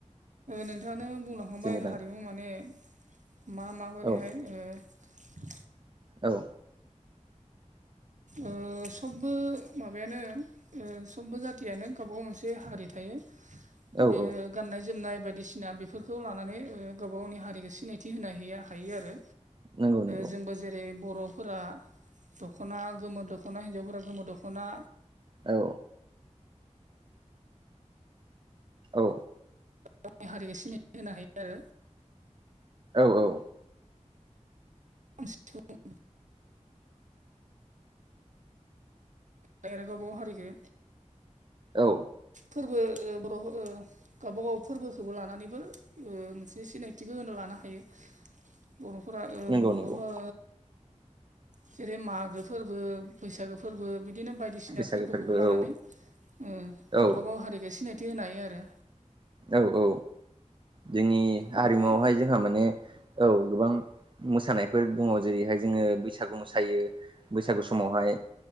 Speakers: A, on the right (about 75°); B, on the right (about 40°).
A: नोंथाङानो बुंलांखांबाय
B: जेनेबा
A: हारिमु माने मा मा हरैहाय
B: औ
A: ओ
B: औ।
A: ओ सबबो माबायानो ओ समबो जातयानो गावबा गाव मोनसे हारि थायो
B: औ
A: बे
B: औ
A: गाननाय जोमनाय बायदिसिना बेफोरखौ लानानै ओ गावबा गावनि हारिखौ सिनायथि होनो हायो आरो
B: नंगौ नंगौ
A: जों आंबो जेरै बर'फोरा दख'ना गोमो दख'ना हिनजावफोरा गोमो दख'ना
B: औ। औ
A: गावनि हारिखौ सिनायथि होनो हायो आरो
B: औ औ।
A: <unintelligible> <unintelligible> गावबा गाव हारिखो
B: औ
A: फोरबो ओ बर' ओ गावबा गाव फोरबोखौबो लानानैबो मोनसे सिनायथिखौ होनो लानो हायो बर'फोरा ओ
B: नंगौ
A: बर'फोरा
B: नंगौ
A: जेरै मागो फोरबो बैसागो फोरबो बिदिनो बाय बायदिसिना
B: बैसागो
A: फोरबोखौबो
B: फोरबो
A: लानानै
B: औ
A: ओम
B: औ
A: गावबाागाव हारिख सिनायथि होनो हायो आरो
B: औ औ जोंनि हारिमुआवहाय
A: ओ ओमफ्राय
B: जों जों माने औ गोबां मोसानायफोर दङ जेरैहाय जोङो बैसागु मोसायो बैसागु समावहाय